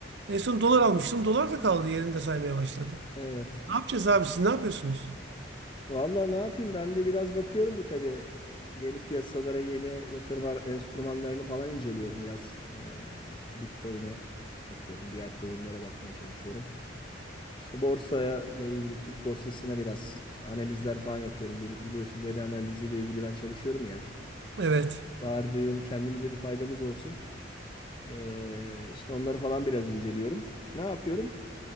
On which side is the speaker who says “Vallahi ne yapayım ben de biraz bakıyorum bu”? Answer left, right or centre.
Left